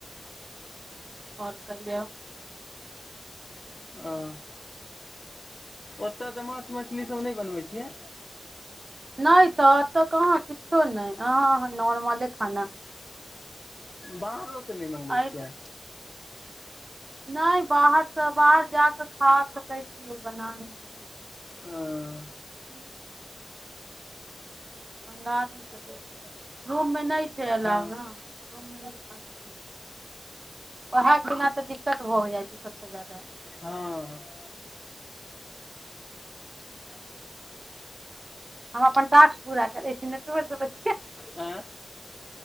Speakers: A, on the right (about 45°); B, on the left (about 40°).
A: आओर कहियौ
B: आ ओतय तऽ माछ मछलीसभ नहि बनबै छियै
A: नहि तऽ एत तऽ कहाँ किछो नहि अहाँ अहाँ नॉर्मले खाना
B: बाहरो से नहि मंगबै
A: आइ
B: छियैै
A: नहि बाहरसँ बाहर जा कऽ खा सकै छियै बना नहि सकै छियै
B: ओ
A: मंगा नहि सकै छी रूममे नहि चलि
B: हँ
A: आउ ने रुममे नहि खा सकै छी वैह बिना तऽ दिक्कत भऽ जाइत छै सबसँ ज्यादा
B: हँ
A: हम अपन टास्क पूरा करै छी नेटवर्क
B: आँ